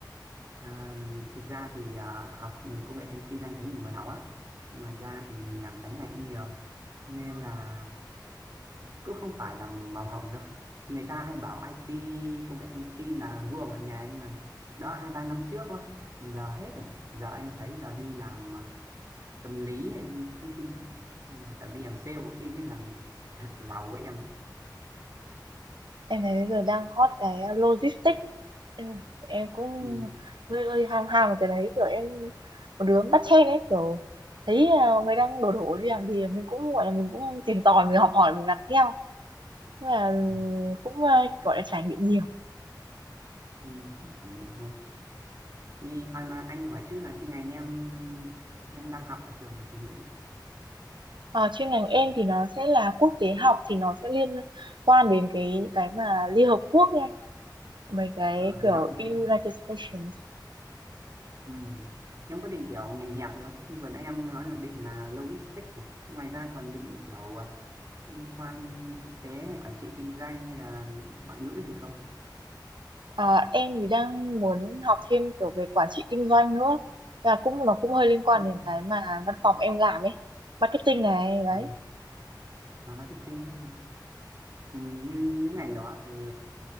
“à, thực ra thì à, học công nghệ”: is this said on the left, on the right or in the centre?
Right